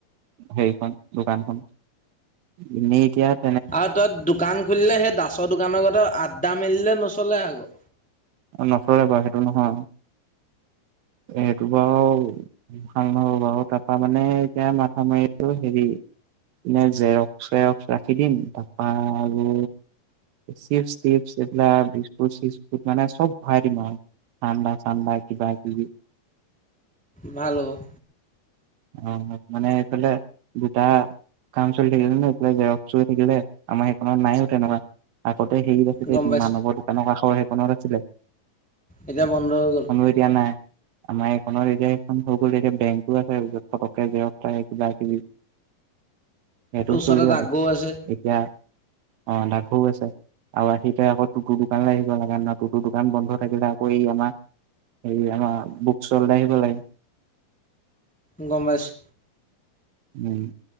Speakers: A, on the right; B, in the centre.
A: সেইখন দোকানখন এনেই এতিয়াত
B: আৰু তাত দোকান খুলিলে সেই দাচৰ দোকানৰ গতে আড্ডা মেলিলে নচলে আকৌ
A: নথৰে বাৰু সেইটো নহয় সেইটো বাৰু ভাল নহব বাৰু তাৰপা মানে এতিয়া মাথা মাৰিছো হেৰি এ জেৰক্স চেৰক্স ৰাখি দিম তাৰপা আৰু চিপছ তিপছ এইবিলাক বিস্কুট চিস্কুত মানে চব ভাৰাই দিম আৰু ঠাণ্ডা চাণ্ডা কিবা কিবি
B: ভাল হ'ব
A: অ মানে এইফালে দুটা কাম চলি থাকিলে ন এইফালে জেৰক্স চলি থাকিলে আমাৰ সেইখনত নাইও তেনেকুৱা আগত হেৰি আছে দেই
B: গম পাইছো
A: মানবৰ দোকানৰ কাষ সেইখনৰে
B: এতিয়া বন্ধ হৈ গ'ল
A: এতিয়া আমাৰ এইখনৰ এতিয়া সেইখন হৈ গ'ল এতিয়া বেংকো আছে ওচত পটককে জেৰক্স কৰাই কিবা কিবি সেইটোও
B: ওচৰতে
A: চলি যাব
B: ডাকঘৰো আছে
A: এতিয়া অ তাকো আছে আৰু আহিতে আকৌ টুতুৰ দোকানলে আহিব লাগে ন টুটু দোকান বন্ধ থাকিলে আকৌ এই আমাৰ হেৰি আমাৰ বুক চল আহিব লাগে
B: গম পাইছো
A: উম